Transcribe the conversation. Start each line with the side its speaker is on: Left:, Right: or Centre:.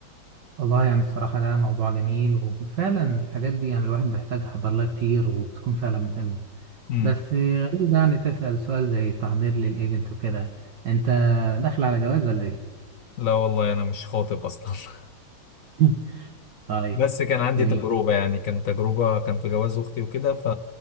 Right: والله يعني الصراحة ده موضوع جميل و- وفعلا الحاجات دي يعني الواحد بيحتاجها بالله كتير وبتكون فعلا مهمة
Left: مم.
Right: بس غريب يعني تسأل سؤال زي التحضير للإيفنت وكده أنت داخل على جواز ولا إيه؟
Left: لا والله أنا مش خاطب أصلا <laughs>
Right: <laughs> طيب
Left: بس كان عندي
Right: جميل
Left: تجربة يعني كان تجربة كان في جواز أختي وكده ف...